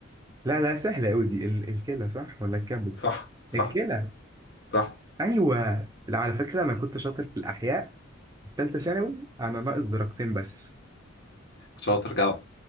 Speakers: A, on the right (about 20°); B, on the left (about 55°).
A: لا لا سهلة قوي دي ال- الكلى صح ولا الكبد
B: صح صح
A: الكلى
B: صح
A: ايوه لا على فكرة انا كنت شاطر في الاحياء في ثالثة ثانوي انا ناقص درجتين بس
B: شاطر جدع